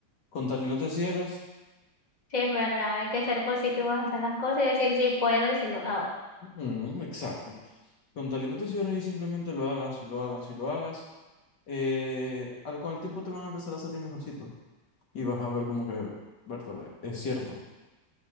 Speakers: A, on the left (about 65°); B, on the left (about 25°).
A: Con tal y no te cierres,
B: Sí, es verdad, hay que ser positivos, hacer las cosas y decir sí puedo y si lo hago.
A: ujú, exacto. Con tal y no te cierres y simplemente lo hagas y lo hagas y lo hagas, eh, al- con el tiempo te van a empezar a salir mejorcito y vas a ver como que, Bertole, es cierto.